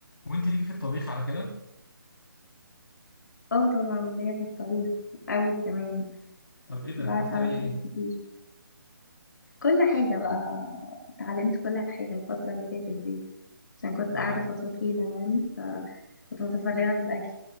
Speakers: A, on the left; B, on the left.
A: وانت ليكي في الطبيخ على كده
B: اه طبعا ليا في الطبيخ قوي كمان
A: طب ايه ده
B: بعرف
A: بتعرفي
B: اعمل
A: تعملي
B: حاجات
A: ايه
B: كتير كل حاجة بقى اتعلمت كل حاجة الفترة اللي فاتت دي عشان كنت
A: اه
B: قاعدة فترة طويلة يعني فكنت متفرغة للأكل